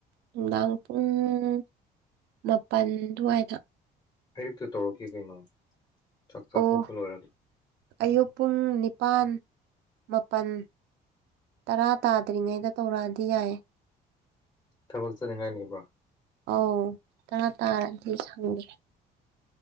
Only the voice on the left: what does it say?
ꯑꯌꯨꯛꯇ ꯇꯧꯔꯛꯀꯦ ꯀꯩꯅꯣ ꯆꯥꯛ ꯆꯥꯊꯣꯛꯄ
ꯂꯣꯏꯔꯒꯦ
ꯊꯕꯛ ꯆꯠꯅꯤꯡꯉꯥꯏ ꯂꯩꯕ꯭ꯔꯣ